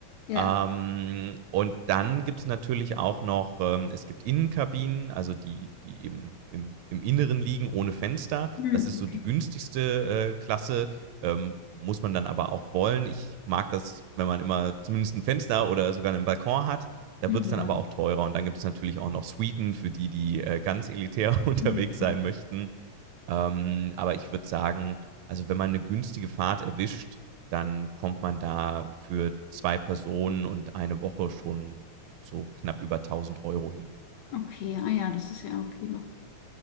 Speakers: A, on the left; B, on the right.
A: ja.
B: Ähm, und dann gibt es natürlich auch noch, ähm, es gibt Innenkabinen, also die, die eben im, im Inneren liegen ohne Fenster.
A: Hm.
B: Das ist so
A: Okay.
B: die günstigste äh, Klasse. Ähm, muss man dann aber auch wollen. Ich mag das, wenn man immer zumindest ein Fenster oder sogar einen Balkon hat. Da
A: Ja.
B: wird es dann aber auch teurer. Und dann gibt es natürlich auch noch Suiten für die, die äh, ganz elitär <laughs> unterwegs
A: Hm.
B: sein
A: Ah,
B: möchten. Ähm, aber ich würde sagen, also wenn man eine günstige Fahrt erwischt, dann kommt man da für zwei Personen und eine Woche schon so knapp über 1000 Euro hin.
A: Okay, ah ja, das ist ja okay noch.